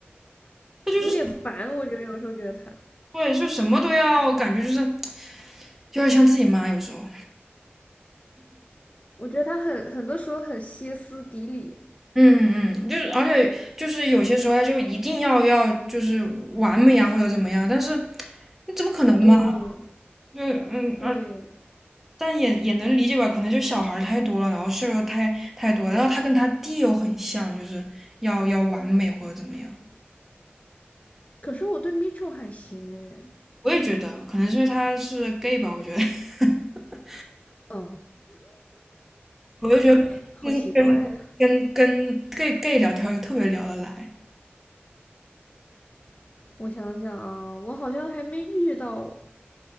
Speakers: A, in the centre; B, on the left (about 35°).
A: 他就是什么
B: 有点烦，我觉得有时候觉得她。
A: 对，就什么都要，感觉就是有点像自己妈有时候。
B: 我觉得他很很多时候很歇斯底里。
A: 嗯嗯，就是而且就是有些时候他就一定要要就是完美啊或者怎么样，但是你怎么可能嘛？
B: 对
A: 就嗯，
B: 对，
A: 但也也能理解吧，可能就小孩儿太多了，然后事儿又太太多了然后他跟他弟又很像，就是要要完美或者怎么样。
B: 可是我对 Mitchell 还行哎，
A: 我也觉得，可能是因为他是 gay 吧，我觉得，<laughs>
B: 嗯，
A: 我就觉得就是跟跟跟
B: 好奇怪啊！
A: gay gay 聊天就特别聊得来，
B: <laughs> 我想想啊，我好像还没遇到，